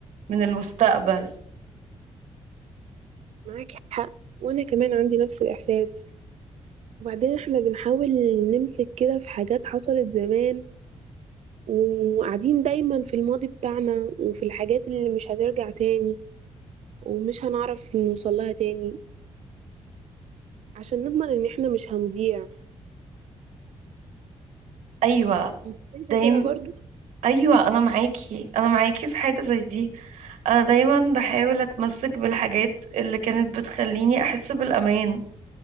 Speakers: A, on the right; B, on the right.
A: من المستقبل
B: معاك حق وانا كمان عندي نفس الاحساس وبعدين احنا بنحاول نمسك كده في حاجات حصلت زمان وقاعدين دايما في الماضي بتاعنا وفي الحاجات اللي مش هترجع تاني ومش هنعرف نوصلها تاني عشان نضمن ان احنا مش هنضيع
A: ايوه
B: انت شايفة
A: دايما
B: كده برضو
A: ايوه انا معاكي انا معاكي في حاجه زي دي انا دايما بحاول اتمسك بالحاجات اللي كانت بتخليني احس بالامان